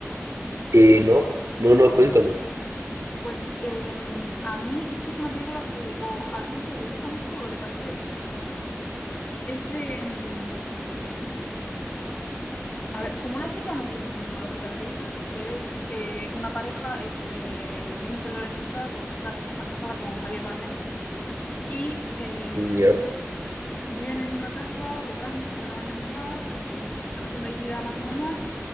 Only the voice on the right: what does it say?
Eh, no, no, no, cuéntame.
Ya,